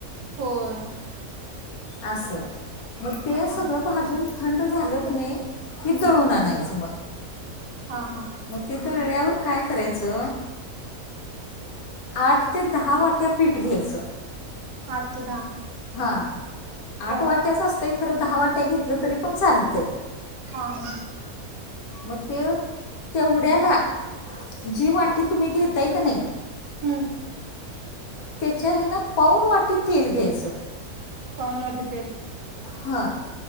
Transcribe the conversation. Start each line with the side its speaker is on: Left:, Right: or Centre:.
Right: होय.
Left: असं. मग ते सगळं
Right: हा
Left: भाजून थंड झालं की नाही कि दळून
Right: हम्म
Left: आणायचं मग.
Right: हा हा.
Left: मग ते दळळ्यावर काय करायचं. आठ ते दहा वाट्या पीठ घ्यायचं.
Right: आठ ते दहा.
Left: हा आठ
Right: हो
Left: वाट्याच असतय खरं दहा वाट्या घेतलं तरी पण चालते.
Right: हा हा.
Left: मग ते तेवढ्याला. जी वाटी तुम्ही घेताय कणी
Right: हम्म.
Left: त्याच्या हेन पावून वाटी तेल घ्यायचं.
Right: पाहून वाटी तेल.
Left: हा